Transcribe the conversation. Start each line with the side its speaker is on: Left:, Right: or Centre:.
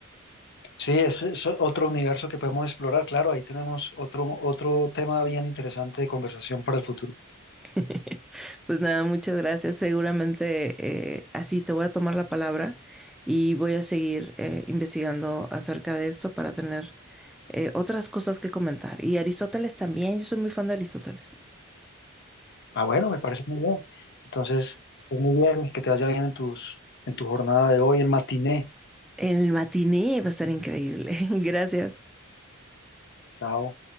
Left: Sí, ese es otro universo que podemos explorar, claro, ahí tenemos otro, otro tema bien interesante de conversación para el futuro.
Centre: <laughs> Pues nada, muchas gracias. Seguramente eh, así te voy a tomar la palabra y voy a seguir eh, investigando acerca de esto para tener eh, otras cosas que comentar. Y Aristóteles también, yo soy muy fan de Aristóteles.
Left: Ah, bueno, me parece muy bien. Entonces, muy bien, que te vaya bien en tus, en tu jornada de hoy, en matiné.
Centre: El matiné va a estar increíble. <laughs> Gracias.
Left: Chao.